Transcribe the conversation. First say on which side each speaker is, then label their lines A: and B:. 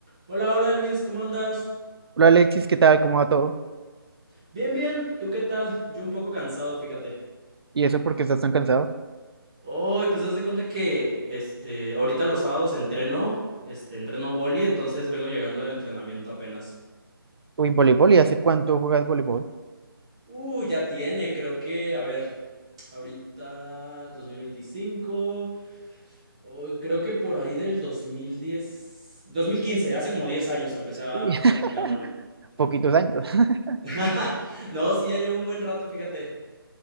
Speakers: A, on the right; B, on the right.
A: Hola, hola Elvis, ¿cómo andas?
B: Hola Alexis, ¿qué tal? ¿Cómo va todo?
A: Bien, bien, ¿tú qué tal? Yo un poco cansado, fíjate.
B: ¿Y eso por qué estás tan cansado?
A: Hoy, pues haz de cuenta que, este, ahorita los sábados entreno, este, entreno boli, entonces vengo llegando del entrenamiento apenas.
B: Uy, voleibol, ¿y hace cuánto juegas voleibol?
A: Uh, ya tiene, creo que, a ver, ahorita 2025, oh, creo que por ahí del dos dos mil diez dos mil quince hace como diez años empecé a,
B: Uy,
A: a practicar
B: <laughs>
A: boli.
B: Poquitos años. <laughs>
A: <laughs> No, sí, ya llevo un buen rato, fíjate.